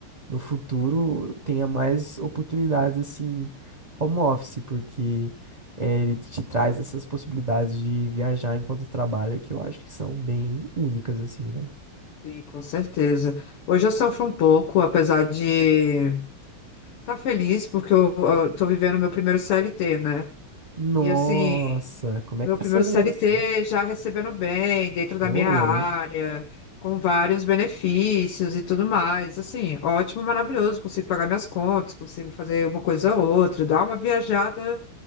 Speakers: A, on the right (about 35°); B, on the left (about 85°).
A: no futuro tenha mais oportunidades assim, home office, porque eh, ele te traz essas possibilidades de viajar enquanto trabalha que eu acho que são bem únicas, assim, né?
B: Sim, com certeza. Hoje eu sofro um pouco, apesar de estar tá feliz, porque eu, eu tô vivendo meu primeiro CLT, né?
A: Nossa,
B: E assim.
A: como
B: Meu
A: é que tá
B: primeiro
A: sendo
B: CLT
A: isso?
B: já recebendo bem, dentro
A: Ô,
B: da minha
A: louco.
B: área, com vários benefícios e tudo mais. Assim, ótimo, maravilhoso. Consigo pagar minhas contas, consigo fazer uma coisa ou outra, dar uma viajada